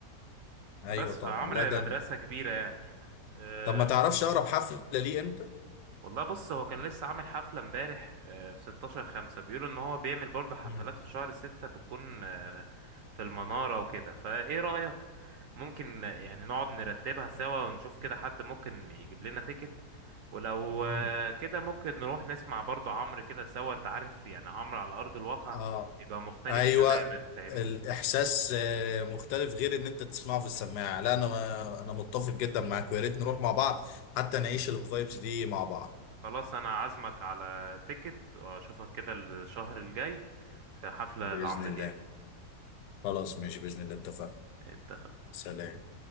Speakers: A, on the left; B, on the right.
A: ايوه
B: بس
A: طبعا
B: فعمرو
A: لا ده
B: مدرسة كبيرة يعني آه،
A: طب ما تعرفش اقرب حفله ليه امتى
B: والله بص هو كان لسه عامل حفلة امبارح آه، في 16 خمسة بيقولوا ان هو بيعمل برضه حفلات
A: مم.
B: في شهر ستة بتكون آه، في المنارة وكده فايه رأيك ممكن آه، يعني نقعد نرتبها سوا ونشوف كده حد ممكن يجيب لنا تيكت ولو
A: مم.
B: آه، كده ممكن نروح نسمع برضه عمرو كده سوا انت عارف يعني عمرو على أرض الواقع
A: اه
B: بيبقى مختلف
A: ايوه
B: تماما فاهمني
A: الاحساس آه، مختلف غير ان انت تسمعه في السماعه لا انا انا متفق جدا معاك ويا ريت نروح مع بعض حتى نعيش الفايبس دي مع بعض
B: خلاص انا عازمك على تيكت واشوفك كده الشهر الجاي في حفلة
A: باذن
B: لعمرو
A: الله
B: دياب
A: خلاص ماشي باذن الله اتفقنا
B: اتفقنا
A: سلام